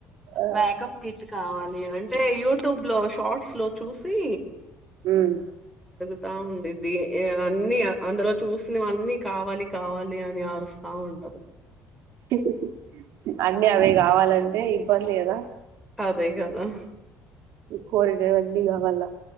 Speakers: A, on the right; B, in the centre.
A: ఆ
B: మేకప్ కిట్ కావాలి. అంటే యూట్యూబ్ లో షార్ట్స్ లో చూసి
A: ఉమ్
B: రా ఉండిద్ది అన్ని అందులో చూసి అన్నీ కావాలి కావాలి అని అరుస్తా ఉంటది
A: ఉహు అన్నీ అవే కావాలంటే ఇబ్బంది కదా
B: అదే కదా
A: కోరినవి అన్ని అన్నీ కావాలా